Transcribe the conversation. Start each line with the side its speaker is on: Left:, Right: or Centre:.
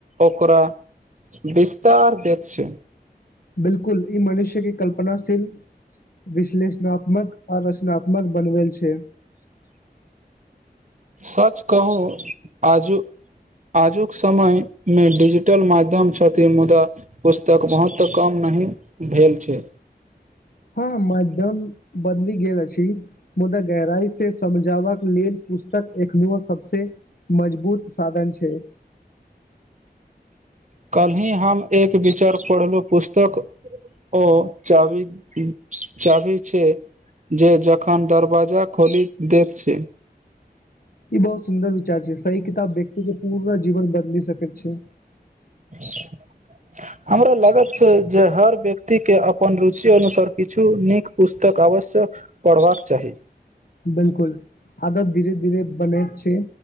Right: ओकरा विस्तार दे छै।
Left: बिल्कूल ई मनुष्यके कल्पनाशील विश्लेषणात्मक आ रचनात्मकऽ बनवेल छै
Right: सच कहू आज आजुकऽ समय मे डिजिटल माध्यम छथिन मुदा पुस्तक महुत्व कम नहि भेल छै।
Left: हँ मध्यम बदली गेल अछि मुदा गहराई से समझाव लेल पुस्तक एखनो सभ सँ मजबूत साधन छै।
Right: कल्हि हम एक विचार पढ़लहुँ पुस्तक ओ चाबी चाबी छै। जे जखन दरवाजा खोलि देत छै
Left: ई बहुत सुन्दर विचार छै सही किताब व्यक्ति के पूरा जीवन बदली सकैत छै।
Right: <inaudible> हमरा लागत छै जे हर व्यक्ति के अपन रुचि अनुसार किछु नीक पुस्तक आवश्यकऽ पढ़बाकऽ चाही
Left: बिल्कूल आदत धीरे धीरे बने छै